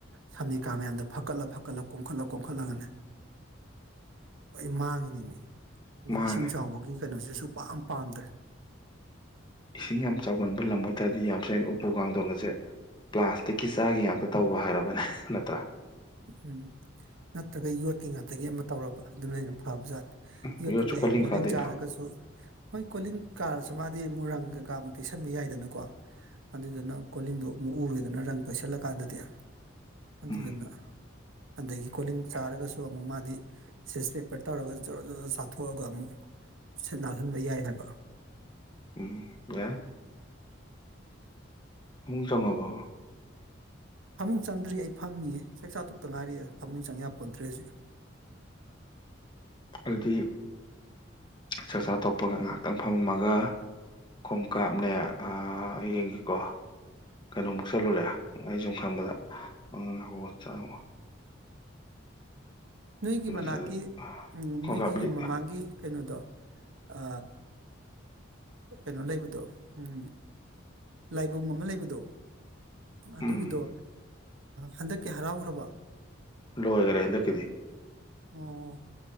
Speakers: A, on the right (about 75°); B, on the left (about 25°).
A: ꯁꯝꯅꯤꯀꯥ ꯃꯌꯥꯝꯗ ꯐꯀꯠꯂ ꯐꯀꯠꯂ ꯀꯣꯝꯈꯠꯂ ꯀꯣꯝꯈꯠꯂꯒꯅꯦ ꯑꯩ ꯃꯥꯡꯉꯤꯅꯤ ꯃꯤ ꯑꯗꯨꯅ
B: ꯃꯥꯅꯦ
A: ꯏꯁꯤꯡ ꯆꯥꯎꯕꯒꯤ ꯀꯩꯅꯣꯁꯤꯁꯨ ꯄꯥꯝ ꯄꯥꯝꯗ꯭ꯔꯦ
B: ꯏꯁꯤꯡ ꯌꯥꯝ ꯆꯥꯎꯒꯟꯕ ꯂꯝ ꯑꯣꯏꯇꯥꯔꯗꯤ ꯌꯥꯝ ꯁꯅ ꯎꯄꯨ ꯀꯥꯡꯊꯣꯟꯅꯁꯦ ꯄ꯭ꯂꯥꯁꯇꯤꯛꯀꯤ ꯆꯥꯒꯤ ꯉꯥꯛꯇ ꯇꯧꯔꯣ ꯍꯥꯏꯔꯕꯅꯦ ꯅꯠꯇ꯭ꯔꯥ
A: ꯎꯝ ꯅꯠꯇ꯭ꯔꯒ ꯌꯣꯠꯀꯤ ꯉꯥꯛꯇꯒꯤ ꯑꯃ ꯇꯧꯔꯕ ꯑꯗꯨꯅ ꯑꯩꯅ ꯐꯕꯖꯥꯠꯅꯤ
B: ꯎꯝ
A: ꯌꯣꯠꯇꯨꯗ
B: ꯌꯣꯠꯁꯨ
A: ꯍꯌꯦꯡ ꯀꯣꯂꯤꯡ
B: ꯀꯥꯗꯣꯏꯅꯣ
A: ꯆꯥꯔꯒꯁꯨ ꯍꯣꯏ ꯀꯣꯂꯤꯡ ꯀꯥꯔꯁꯨ ꯃꯥꯗꯤ ꯃꯨꯔꯪꯒ ꯀꯥꯃꯨꯛ ꯇꯩꯁꯟꯕ ꯌꯥꯏꯗꯅꯀꯣ ꯑꯗꯨꯗꯨꯅ ꯀꯣꯂꯤꯡꯗꯣ ꯑꯃꯨꯛ ꯎꯔꯣꯏꯗꯅ ꯔꯪ ꯇꯩꯁꯜꯂꯀꯥꯟꯗꯗꯤ ꯑꯇ
B: ꯎꯝ
A: ꯑꯗꯨꯟꯅ ꯑꯗꯒꯤ ꯀꯣꯂꯤꯡ ꯆꯥꯔꯒꯁꯨ ꯑꯃꯨꯛ ꯃꯥꯗꯤ ꯁꯦꯁ ꯄꯦꯄꯔ ꯇꯧꯔꯒ ꯖꯣꯔꯔꯣ ꯖꯔꯣ ꯆꯥꯊꯣꯛꯑꯒ ꯑꯃꯨꯛ ꯁꯠ ꯅꯥꯜꯍꯟꯕ ꯌꯥꯏ ꯍꯥꯏꯕ
B: ꯎꯝ ꯌꯥꯏ ꯍ ꯆꯪꯉꯕꯣ
A: ꯐꯃꯨꯡ ꯆꯪꯗ꯭ꯔꯤ ꯑꯩ ꯐꯝꯃꯤ ꯆꯥꯛ ꯆꯥꯊꯣꯛꯇ ꯉꯥꯏꯔꯤ ꯐꯃꯨꯡ ꯆꯪꯦ ꯄꯣꯟꯗ꯭ꯔꯤ ꯍꯧꯖꯤꯛ <unintelligible> <inaudible>
B: ꯑꯗꯨꯗꯤ ꯆꯥꯛ ꯆꯥ ꯇꯣꯛꯄꯒ ꯉꯥꯏꯍꯥꯛꯇꯪ ꯐꯝꯃꯝꯃꯒ ꯈꯣꯡꯀꯥꯞꯅꯦ ꯌꯦꯡꯒꯦꯀꯣ ꯀꯩꯅꯣꯃꯨꯛ ꯆꯠꯂꯨꯔꯦ ꯑꯩ ꯁꯨꯝ ꯈꯕꯗ ꯍ ꯆꯪꯉꯣ
A: ꯅꯣꯏꯒꯤ ꯃꯅꯥꯛꯀꯤ
B: ꯆꯠꯂꯤ
A: ꯎ
B: ꯈꯣꯡꯀꯥꯞꯂꯤ
A: ꯅꯣꯏꯒꯤ ꯌꯨꯝ ꯃꯃꯥꯡꯒꯤ ꯀꯩꯅꯣꯗꯣ ꯑ ꯀꯩꯅꯣ ꯂꯩꯕꯗꯣ ꯎꯝ ꯂꯥꯏꯕꯨꯡ ꯑꯃ ꯂꯩꯕꯗꯣ ꯑꯗꯨꯒꯤꯗꯣ
B: ꯎꯝ
A: ꯍꯟꯗꯛꯀꯤ ꯍꯔꯥꯎꯈ꯭ꯔꯕ
B: ꯂꯑꯒꯔ ꯍꯦꯟꯗ ꯀꯗꯤ
A: ꯑꯣ